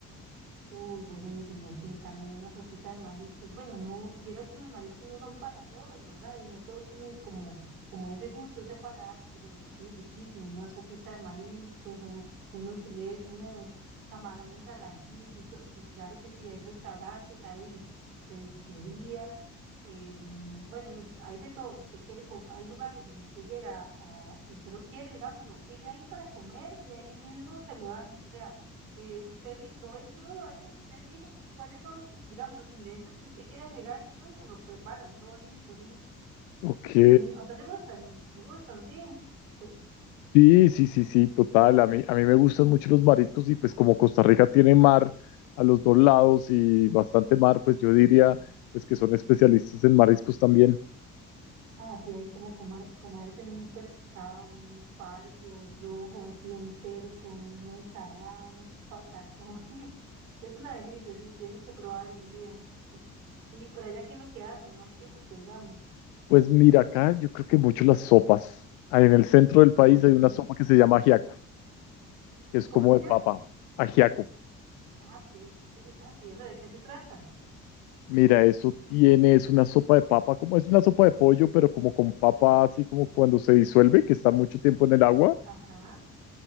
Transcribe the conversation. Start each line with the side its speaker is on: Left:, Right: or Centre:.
Right: Uy, buenísimo, sí, también una sopita de mariscos. Bueno, no, vieras que los mariscos no son para todos, ¿verdad? Y no todos tienen como, como ese gusto, ese paladar, pero sí, riquísimo, una sopita de mariscos, o unos filetes, unos camarones al ajillo, sí, claro que sí, hay restaurantes, hay cevicherías, eh, bueno, y hay de todo, si usted quiere, co- hay lugares donde usted llega a- y usted lo quiere, digamos, lo pide ahí para comer y ahí mismo se lo dan, o sea eh, usted li- lo ven crudo ahí, usted elige que- cuáles son, digamos, los ingredientes que usted quiere agregar y todo, y se lo preparan, todo listo, sí.
Left: Ok.
Right: Bueno, y- a usted le gustan, le gustan, sí. Pues,
Left: Sí, sí, sí, sí, total. A mí, a mí me gustan mucho los mariscos y pues como Costa Rica tiene mar a los dos lados y bastante mar, pues yo
Right: Ah,
Left: diría
Right: sí,
Left: pues que son especialistas en mariscos también.
Right: Ah, sí, hay como coma- comerse un pescado, un pargo, un rojo así entero, con una ensalada, unos patacones. <laughs> Es una delicia, sí, tienes que probarlo un día. Y por allá, ¿qué es lo que hacen? Más típico, digamos.
Left: Pues mira, acá yo creo que mucho las sopas. Ah, En el centro
Right: Ah,
Left: del país
Right: en
Left: hay una
Right: serio.
Left: sopa que se llama ajiaco, que es
Right: ¿Cómo
Left: como
Right: se
Left: de
Right: llama?
Left: papa, ajiaco.
Right: Ah, qué, qué interesante. ¿Y eso de qué se trata?
Left: Mira, eso tiene, es una sopa de papa, como es una sopa de pollo, pero como con papa, así como cuando se disuelve, que está mucho tiempo en el agua.
Right: Ajá,